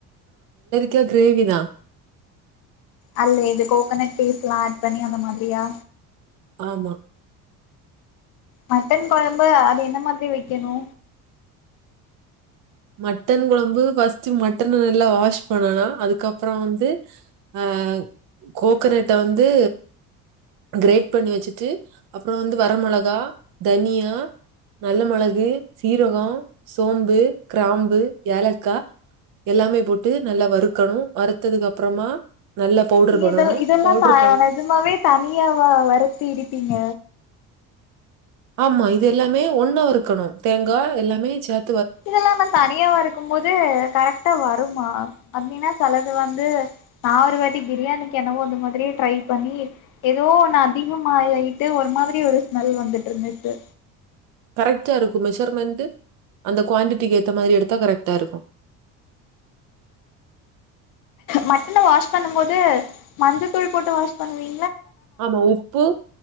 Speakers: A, on the right; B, on the left.
A: க கிரேவி தா
B: அல்ல இது கோகனட் பீஸ்ல்லா ஆட் பண்ணி அந்த மாத்ரியா
A: ஆமா
B: மட்டன் கொழம்பு அது என்ன மாத் ரி வெக்கணு
A: மட்டன் கொழம்பு ஃபஸ்ட்டு மட்டன நல்லா வாஷ் பண்ணனா அதுக்கப்றோ வந்து அ கோக்கனட்ட வந்து கிரேட் பண்ணி வச்சுட்டு அப்றோ வந்து வர மொளகா தனியா நல்ல மொளகு சீரகோ சோம்பு க்ராம்பு ஏலக்கா எல்லாமே போட்டு நல்லா வறுக்கணு வறுத்ததுகு அப்றமா நல்லா பவுட்ரு
B: நீங்க
A: பண்ணணு
B: இதல் இதெல்லா
A: பவுட்ரு
B: த
A: பண்
B: நெஜமாவே தனியாவ வருத்து இடிப்பீங்க
A: ஆமா இது எல்லாமே ஒண்ணா வருக்கணு தேங்கா எல்லாமே சேத்
B: இதெல்லா ம தனியா வறுக்கும் போது கரெக்டா வருமா அப்டினா செலது வந்து நா ஒரு வாட்டி ப்ரியாணிக்கு என்னவோ அந்த மாத்ரி ட்ரை பண்ணி எதோ ஒன்னு அதிகமாய யிட்டு ஒரு மாத்ரி ஒரு ஸ்மெல் வந்துட்ருந்துச்சு
A: கரெக்ட்டா இருக்கு மெஷர்மெண்ட் அந்த குவான்டிட்டிக்கு ஏத்த மாரி எடுத்தா கரெக்ட்டா இருக்கு
B: மட்டன வாஷ் பண்ணு போது மஞ்ச தூள் போட்டு வாஷ் பண்ணுவீ
A: ஆமா உப்பு